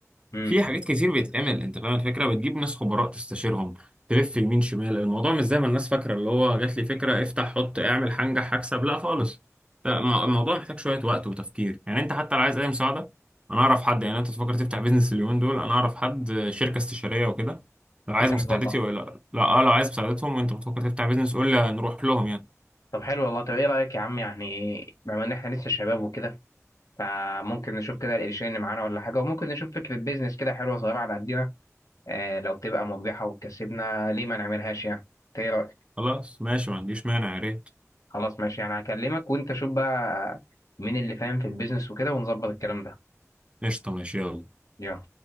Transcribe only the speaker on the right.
في حاجات كتير بيتعمل انت فاهم الفكره بتجيب ناس خبراء تستشيرهم تلف يمين شمال الموضوع مش زي ما الناس فاكره اللي هو جات لي فكره افتح حط اعمل هنجح هكسب لا خالص ده الم- الموضوع محتاج شويه وقت وتفكير يعني انت حتى لو عايز اي مساعده انا اعرف حد يعني انت تفكر تفتح بيزنس اليومين دول انا اعرف حد شركه استشاريه وكده لو عايز
مساعدتي
ولا لا اه لو عايز مساعدتهم وانت بتفكر تفتح بيزنس قول لي نروح لهم يعني
خلاص ماشي ما عنديش مانع يا ريت
قشطه ماشي يلا